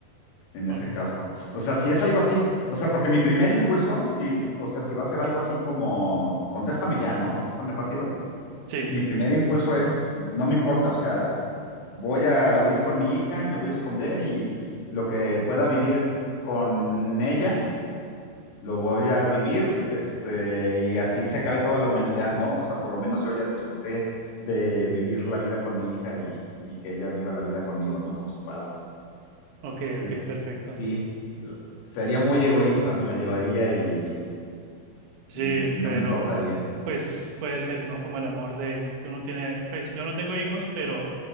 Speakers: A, on the left; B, on the right.
A: en
B: Ok.
A: ese caso. O sea, si es algo así, o sea, porque mi primer impulso, si, o sea, si va a ser algo así como, contéstame ya, ¿no? Contéstame rápido.
B: Sí,
A: mi primer impulso es, no me importa, o sea, voy a huir con mi hija, me voy a esconder y lo que pueda vivir con ella, lo voy a vivir, este, y así se acabe toda la humanidad, ¿no? O sea, por lo menos yo ya disfruté de vivir la vida con mi hija y, y que ella viva la vida conmigo, ¿no? Con su padre.
B: ok,
A: Ent-
B: ok, perfecto.
A: sí, sería muy egoísta, me la llevaría y,
B: Sí,
A: y- y no
B: pero
A: me importaría.
B: pues puede ser, ¿no? Como el amor de que uno tiene, pues yo no tengo hijos, pero